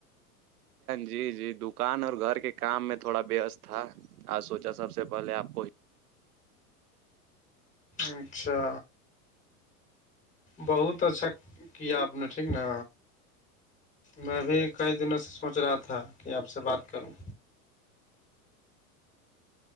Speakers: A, on the right; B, on the left.
A: جی جی دکان اور گھر کے کام میں تھوڑا وست تھا آاں سوچا سب سے پہلے آپ کو
B: اچھا بہت اچھا کیا اپنا ٹھیک نا میں بھی کئی دنوں سے سوچ رہا تھا کہ آپ سے بات کروں